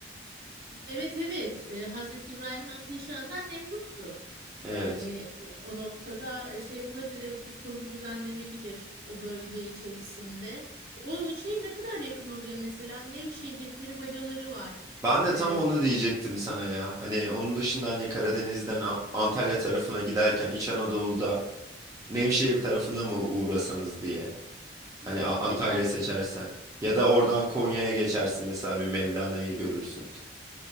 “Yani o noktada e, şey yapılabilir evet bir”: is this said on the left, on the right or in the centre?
Right